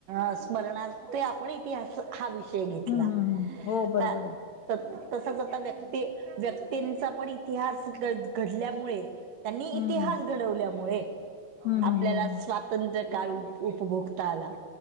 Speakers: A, on the right; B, on the left.
A: अ स्मरणार्थ ते आपण इतिहास हा विषय हे घेतला
B: हम्म हम्म हम्म हो बरोबर
A: ता
B: आहे
A: त तस तस व्यक्ती व्यक्तींचा पण इतिहास घ घडल्यामुळे त्यांनी
B: हम्म
A: इतिहास घडवल्यामुळे,
B: हम्म
A: आपल्याला
B: हम्म हम्म
A: स्वा तंत्र्य काळ उप उपभोगता आला,